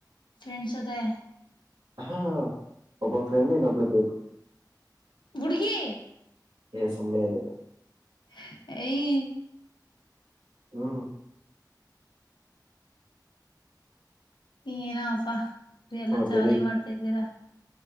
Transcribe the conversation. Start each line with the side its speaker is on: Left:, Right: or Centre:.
Left: ಫ್ರೆಂಡ್ಸ್ ಅದೆ
Right: ಹ ಒಬ ಫ್ರೆಂಡ ಇನ್ನೊಬ್ಬಲ್ ಬೇಕು
Left: ಹುಡುಗಿ
Right: ಎ ಸುಮ್ಮನೆ ಅಂದೆ
Left: <unintelligible> ಏಯೈ
Right: ಹ್ಮ
Left: ಏನಪ್ಪಾ ಎಲ್ಲ
Right: ಮತ್ತೆ
Left: ಜಾಲಿ ಮಾಡ್ತಾ ಇದ್ದೀರಾ